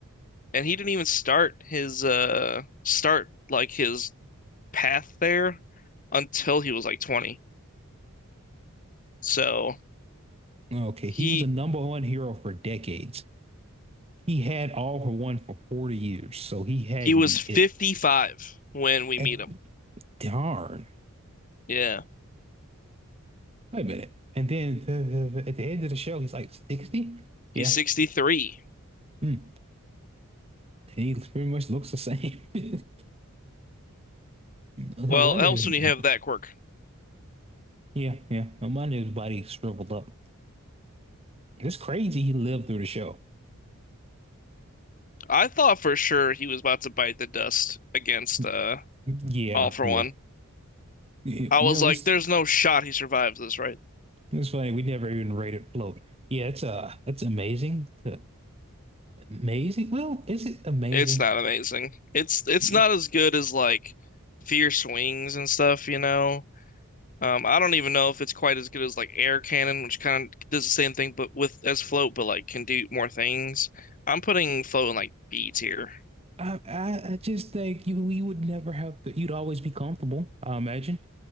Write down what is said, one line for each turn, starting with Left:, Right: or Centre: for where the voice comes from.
Left: and he didn't even start his uh start like his path there until he was like 20. So
Right: Okay,
Left: he
Right: he was a number one hero for decades. He had all for one for 40 years, so he had
Left: he
Right: to
Left: was
Right: be
Left: 55
Right: it.
Left: when we
Right: At
Left: meet him.
Right: darn.
Left: Yeah.
Right: Wait a minute. And then the- at the end of the show, he's like 60? Yeah.
Left: He's 63.
Right: Hmm. He pretty much looks the same. <laughs> No
Left: Well,
Right: wonder
Left: it helps
Right: his hmm.
Left: when you have that quirk.
Right: yeah, yeah. No wonder his body shriveled up. It's crazy he lived through the show.
Left: I thought for sure he was about to bite the dust against
Right: Y-
Left: uh
Right: Yeah,
Left: All for
Right: yeah.
Left: One.
Right: Y-
Left: I
Right: You
Left: was
Right: know,
Left: like,
Right: he's
Left: there's no shot he survives this, right?
Right: It's funny, we never even rated float. Yeah, it's uh it's amazing. It's amazing. Well, is it amazing?
Left: It's not amazing. It's it's
Right: Yeah.
Left: not as good as like Fierce Wings and stuff, you know. Um, I don't even know if it's quite as good as like Air Cannon, which kind of does the same thing, but with as Float, but like can do more things. I'm putting Float in like B tier.
Right: I, I I just think you we would never have you'd always be comfortable, I imagine.